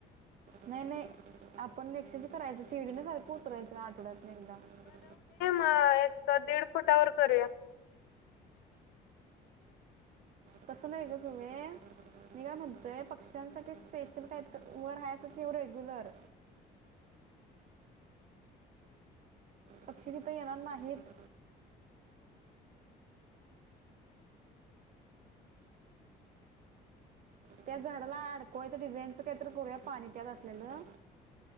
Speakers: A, on the right; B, on the left.
A: नाही नाही आपण एक्सचेंज करायचं शिडीने सारखं उतरायचं आठवड्यात <inaudible>
B: ह एक दीड फुटावर करूया.
A: तसं नाही गं सुमे, मी काय म्हणतोय पक्ष्यांसाठी स्पेशल काय तर व राहायसाठी रेग्युलर. पक्षी तिथ येणार नाहीत त्या झाडाला अडकवायचं डिझाईनच काहीतरी कररूया पाणी त्यात असलेलं.